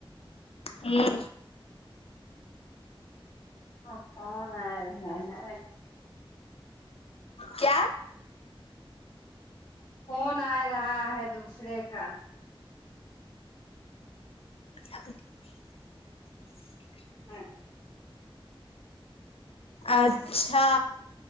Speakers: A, on the left (about 85°); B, on the left (about 50°).
A: ہوں
B: <unintelligible>
A: کیا
B: فون آ رہا ہے دوسرے کا
A: <inaudible>
B: ہاں
A: اچھا